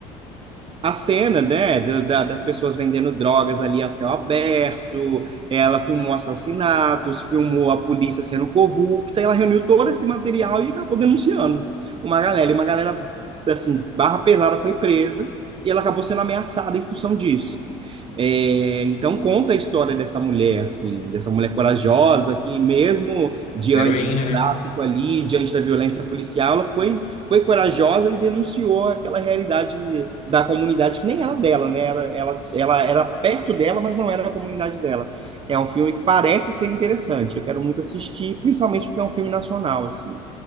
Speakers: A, on the right (about 35°); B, on the left (about 50°).
A: a cena, né, do- da- das pessoas vendendo drogas ali a céu aberto, ela filmou assassinatos, filmou a polícia sendo corrupta, ela reuniu todo esse material e acabou denunciando uma galera, e uma galera, assim, barra pesada foi presa, e ela acabou sendo ameaçada em função disso. É, então conta a história dessa mulher, assim, dessa mulher corajosa que mesmo diante
B: Uma heroína,
A: do tráfico
B: né?
A: ali, diante da violência policial, ela foi, foi corajosa e denunciou aquela realidade da comunidade que nem era dela, né? Ela, ela, ela era perto dela, mas não era a comunidade dela. É um filme que parece ser interessante. Eu quero muito assistir, principalmente porque é um filme nacional, assim.